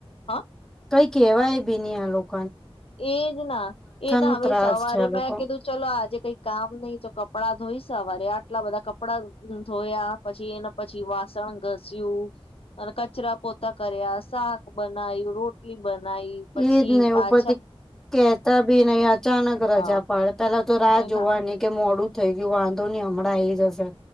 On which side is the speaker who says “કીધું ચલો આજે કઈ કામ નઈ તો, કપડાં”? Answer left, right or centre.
Left